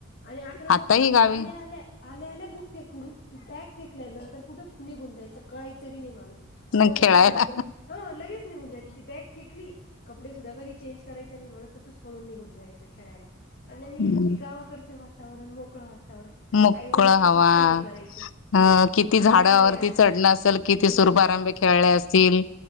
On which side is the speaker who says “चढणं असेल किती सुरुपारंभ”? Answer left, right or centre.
Left